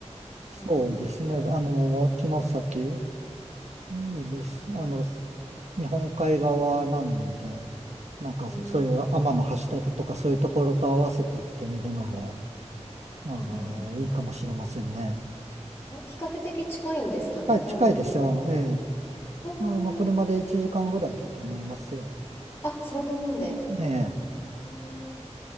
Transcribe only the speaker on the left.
うんうん
うん。
あー
あ、比較的近いんですかね、
天橋立。
お
お。あ、そんなもんで。
うん